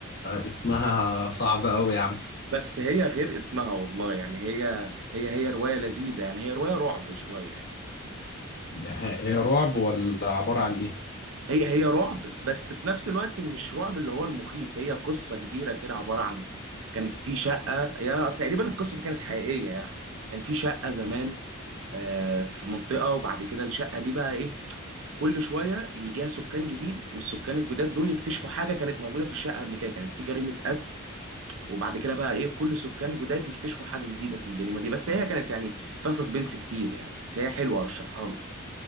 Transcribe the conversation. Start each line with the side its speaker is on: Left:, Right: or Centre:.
Left: اسمها صعب قوي يا عم
Right: بس هي غير اسمها والله يعني هي هي هي روايه لذيذه يعني هي روايه رعب شويه يعني.
Left: ه- هي رعب ولا عبارة عن ايه
Right: هي هي رعب بس في نفس الوقت مش رعب اللي هو المخيف هي قصة كبيرة كده عبارة عن كانت في شقة يا تقريبا القصة دي كانت حقيقية يعني كان في شقة زمان آه، في منطقة وبعد كده الشقة دي بقى ايه كل شوية يجيها سكان جديد والسكان الجداد دول يكتشفوا حاجة كانت موجودة في الشقة قبل كده كانت في جريمة قتل وبعد كده بقى ايه كل سكان جداد يكتشفوا حاجة جديدة في الجريمة دي بس هي كانت يعني فيها سسبنس كتير يعني بس هي حلوة ارشحها لك.